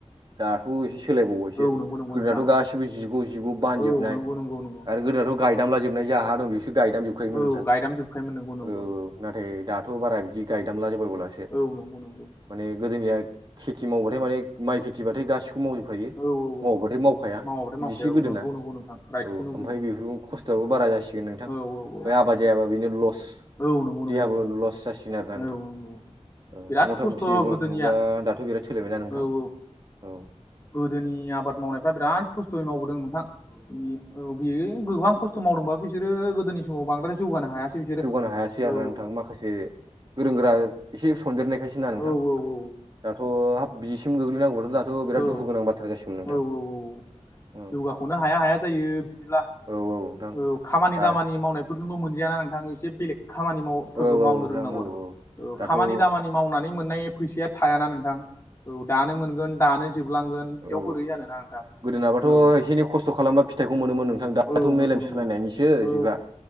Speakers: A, on the right; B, on the left.
A: दाथ' एसे सोलायबावबायसो
B: औ नंगौ नंगौ
A: गोदोथ'
B: नोंथां
A: गासिबो जिग जिग जिग बानजोबनाय
B: औ नंगौ नंगौ नंगौ
A: आरो गोदानथ' गायदामलाजोबनाय जा हा दं बिसोर गायदामलाजोब। योमोन
B: औ
A: नोंथां
B: गायदामजोबखायोमोन नंगौ नंगौ
A: औ नाथाय दाथ' बारा बिदि गायदामला जाबो मावला।
B: औ नंगौ नंगौ।
A: माने गोदोनिया खेथि मावबाथाय माने माइ खेथिबाथाय गासिखौबो मावजोबखायो।
B: औ औ
A: मावबाथाय
B: औ
A: मावखाया
B: मावाबाथाय मावखाया
A: बिदिसो
B: औ
A: गोदोना
B: नंगौ नंगौ नोंथां राइटखौनो
A: औ ओमफ्राय
B: बुंदों
A: बेफोरखौ खस्थ'आबो बारा जासिगोन। नोंथां
B: औ औ औ
A: बे आबाद जायाबा बेनो लस।
B: औ नंगौ नंगौ
A: देहाबो
B: नोंथां
A: लस जासिगोन आरोना
B: औ
A: नोंथां।
B: औ औ
A: औ
B: बिराद
A: मथा
B: खस्थ'
A: मथि बुंनो
B: गोदोनिया
A: थाङोब्ला दाथ' बिराद सोलायबायना नोंथां
B: औ औ
A: औ।
B: गोदोनि आबाद मावनायफ्रा बिराद खस्थ'यै मावबोदों नोंथां औ बेयो गोबां खस्थ' मावदोंबा बिसोरो गोदोनि समाव बांद्राय जौगानो हायासै। बिसोरो
A: जौगानो हायासै
B: औ
A: आरोना नोंथां माखासे। गोरों गोरा एसे सनदेरनायखायसो ना नोंथां।
B: औ औ औ
A: दाथ' हाब बिसिम गोग्लैनांगौबाथ' दाथ' बिराद
B: औ
A: दुखु गोनां बाथ्रा जासिगोन नोंथां।
B: औ औ औ
A: औ
B: जौगाख'नो हाया हाया जायो बिदिब्ला।
A: औ औ। नोंथां
B: औ खामानि
A: दा
B: दामानि मावनायफोरखौबो मोनलियाना नों आं एसे बेलेग खामानि माव फोरबो
A: औ औ नोंथां
B: रोंनांगौ
A: औ
B: आरो
A: औ
B: ओ
A: दाथ'
B: खामानि
A: औ
B: दामानि खामानि मावनानै मोननाय फैसाया थायाना नोंथां औ दानो मोनगोन दानो जोबलांगोन। बिदियाव
A: औ
B: बोरै जानोना नोंथां औ
A: गोदोनाबाथ' एसे एनै खस्थ' खालामबा फिथाइखौ मोनोमोन नोंथां दाथ'
B: औ
A: मेलेम
B: नंगौ नंगौ
A: सुलायनायनिसो
B: औ
A: जुगा।